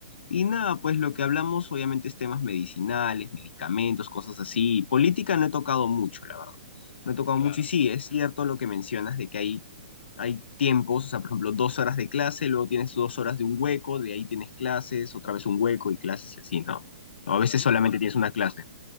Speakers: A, on the left; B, on the left.
A: Y nada, pues lo que hablamos obviamente es temas medicinales, medicamentos, cosas así. Política no he tocado mucho, la verdad. No he tocado
B: Claro,
A: mucho y sí, es cierto lo que mencionas de que hay, hay tiempos, o sea, por ejemplo, dos horas de clase, luego tienes dos horas de un hueco, de ahí tienes clases, otra vez un hueco y clases y así, ¿no?
B: claro.
A: O a veces
B: Y
A: solamente
B: eso está,
A: tienes una clase.